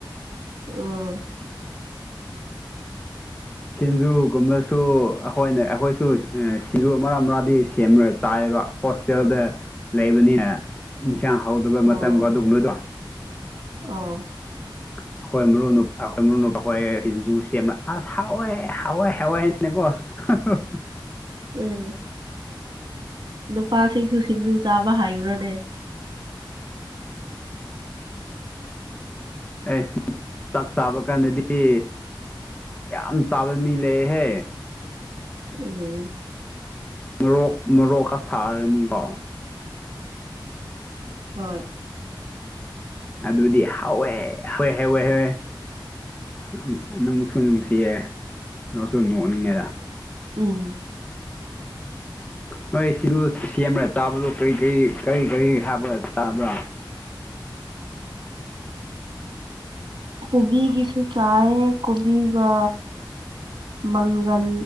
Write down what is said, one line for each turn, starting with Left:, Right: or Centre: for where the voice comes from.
Right: ꯎꯝ
Left: ꯁꯤꯡꯖꯨꯒꯨꯝꯕꯁꯨ ꯑꯩꯈꯣꯏꯅ ꯑꯩꯈꯣꯏꯁꯨ ꯁꯤꯡꯖꯨ ꯃꯔꯥ ꯃꯔꯥꯗꯤ ꯁꯦꯝꯔ ꯆꯥꯏꯕ ꯍꯣꯁ ꯇꯦꯜꯗ ꯂꯩꯕꯅꯤꯅ ꯏꯟꯁꯥꯡ ꯍꯧꯗꯕ
Right: ꯑꯣ
Left: ꯃꯇꯝꯒꯣ ꯑꯗꯨꯒꯨꯝꯕꯗꯣ
Right: ꯑꯣ
Left: ꯑꯩꯈꯣꯏ ꯃꯔꯨꯨ ꯑꯩꯈꯣꯏ ꯃꯔꯨꯅꯨ ꯑꯩꯈꯣꯏ ꯁꯤꯡꯖꯨ ꯁꯦꯝꯔ ꯑꯁ ꯍꯥꯎꯋꯦ ꯍꯥꯎꯋꯦ ꯍꯥꯎꯋꯦꯅꯀꯣ <unintelligible>
Right: ꯎꯝ ꯅꯨꯄꯥꯁꯤꯡꯁꯨ ꯁꯤꯡꯖꯨ ꯆꯥꯕ ꯍꯩꯔꯣꯅꯦ
Left: ꯑꯦ ꯆꯥꯛ ꯆꯥꯕ ꯀꯥꯟꯗꯗꯤ ꯌꯥꯝ ꯆꯥꯕ ꯃꯤ ꯂꯩꯌꯦꯍꯦ
Right: ꯎꯝ
Left: ꯃꯔꯣꯛ ꯃꯔꯣꯛꯀ ꯁꯥꯔꯅꯤꯀꯣ
Right: ꯍꯣꯏ
Left: ꯑꯗꯨꯗꯤ ꯍꯧꯋꯦ ꯍꯧꯋꯦ ꯍꯧꯋꯦ ꯍꯧꯋꯦ ꯑꯝ ꯅꯨꯡꯁꯨ ꯅꯨꯡꯁꯤꯌꯦ ꯅꯣꯛꯁꯨ ꯅꯣꯛꯅꯤꯡꯉꯦꯗ
Right: ꯎꯝ
Left: ꯍꯣꯏ ꯁꯤꯡꯖꯨ ꯁꯦꯝꯔꯥ ꯆꯥꯕꯗꯣ ꯀꯔꯤ ꯀꯔꯤ ꯀꯔꯤ ꯀꯔꯤ ꯍꯥꯞꯔ ꯆꯥꯕ꯭ꯔꯥ
Right: ꯀꯣꯕꯤꯒꯤꯁꯨ ꯆꯥꯢ ꯀꯣꯕꯤꯒ ꯃꯪꯒꯟ